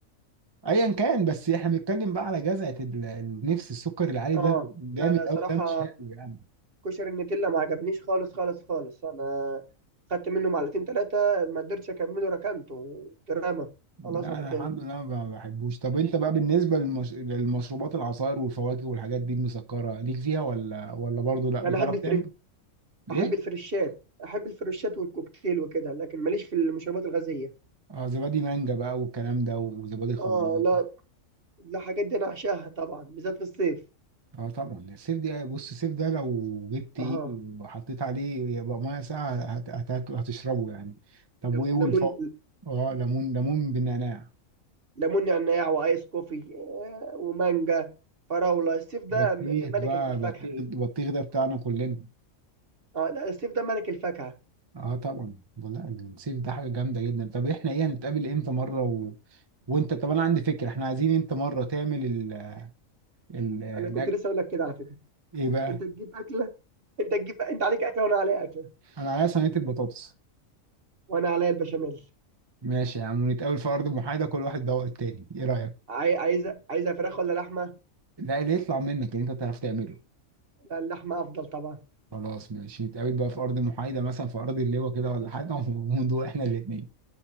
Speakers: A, on the right (about 25°); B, on the right (about 45°).
A: ايا كان بس احنا بنتكلم بقى على جزعه ال- النفس السكر العالي
B: اه
A: ده جامد
B: لا لا صراحة
A: قوي ده مش حلو يعني
B: كشري النتيلا ما عجبنيش خالص خالص خالص أنا خدت منه معلقتين تلاتة ما قدرتش أكمله ركنته دراما
A: لا
B: خلاص على
A: انا
B: كده
A: الحمد لله ما بحبوش طب انت بقى بالنسبه للمش... للمشروبات العصائر والفواكه والحاجات دي المسكره ليك فيها ولا ولا برضه لا بتعرف
B: أنا أحب الفري
A: تعمل ايه
B: أحب الفريشات أحب الفريشات والكوكتيل وكده لكن ماليش في المشروبات الغازية
A: اه زبادي مانجا بقى والكلام ده وزبادي خلاط
B: اه لا لا حاجات دي أنا أعشاها طبعا بالذات في الصيف
A: اه طبعا السيف دي بص السيف ده لو جبت ايه
B: اه
A: وحطيت عليه يبقى ميه ساقعه هت... هت... هتشربه يعني طب
B: ليمون
A: وايه والفوق اه ليمون ليمون بالنعناع
B: ليمون نعناع وايس كوفي آه، ومانجا فراوله السيف ده
A: بطيخ
B: م- ملك
A: بقى
B: الفاكهه
A: بطيخ بطيخ ده بتاعنا كلنا
B: اه لا السيف ده ملك الفاكهه
A: اه طبعا لا الصيف ده حاجه جامده جدا طب احنا ايه هنتقابل امتى مره و... وانت طب انا عندي فكره احنا عايزين انت مره تعمل ال... ال...
B: انا كنت
A: الأك-
B: لسه اقول لك كده على فكره
A: ايه بقى
B: انت تجيب اكله انت تجيب انت عليك اكله وانا عليا اكله
A: انا عليا صينيه البطاطس
B: وانا عليا البشاميل
A: ماشي يا عم ونتقابل في ارض محايده كل واحد دوق التاني ايه رايك
B: عاي- عايزه عايزه فراخ ولا لحمه
A: لا اللي يطلع منك ان انت تعرف تعمله
B: لا اللحمه افضل طبعا
A: خلاص ماشي نتقابل بقى في ارض محايده مثلا في ارض اللواء كده ولا حاجه <laughs> وندوق احنا الاثنين